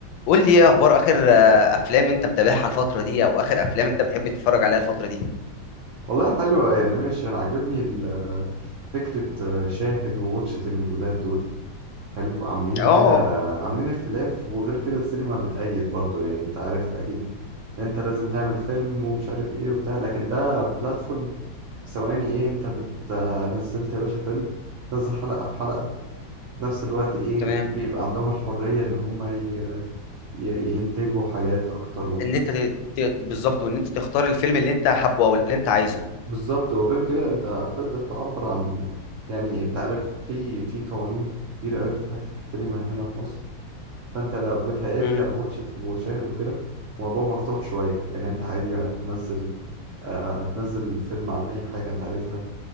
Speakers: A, on the left; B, on the right.
A: قول لي ايه اخبار اخر آه، افلام انت متابعها الفتره دي او اخر افلام انت بتحب تتفرج عليها الفتره دي
B: والله حلوة يعني ماشي أنا عاجبني ال- فكرة شاهد وواتشت الجداد دول حلو عاملين
A: اه
B: كده عاملين اختلاف وغير كده السينما بتأيد برضو يعني أنت عارف أكيد إن أنت لازم تعمل فيلم ومش عارف إيه وبتاع لكن ده بلاتفورم ثواني إيه أنت بت نزلت يا باشا فيلم تنزل حلقة في حلقة في نفس الوقت إيه
A: تمام
B: بيبقى عندهم الحرية إن هم ي... ي- ينتجوا حاجات أكتر
A: ان انت ت- ت- بالظبط وان انت تختار الفيلم اللي انت حابه او اللي انت عايزه
B: بالظبط وغير كده انت هتقدر تعبر عن يعني انت عارف في في قوانين كتير قوي في حتة السينما هنا في مصر فانت لو بتهيألي
A: امم
B: لو واتشت وشاهد وكده الموضوع مفتوح شوية يعني انت عادي بقى تنزل آه تنزل الفيلم عن اي حاجة انت عايزها